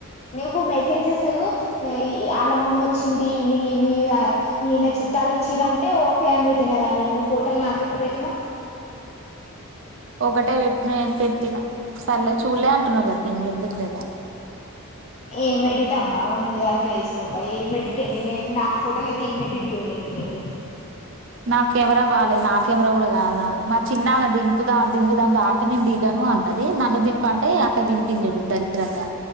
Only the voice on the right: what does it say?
ఒకట్ ట్ట పెట్ నేన్ పెట్టిన సర్లే చూలే అంటున్నావు కదా ఇంకెందుకు లేరా
నాకు కెమెరా బాలేదు నా కెమెరా కూడా కాదాది మా చిన్నాన్నది దింపు దా దింపుదా దాం అంటే నేను దిగను అన్నది నన్ను దింపు అంటే అట్ట దిపింది చూడు దరిద్రంగా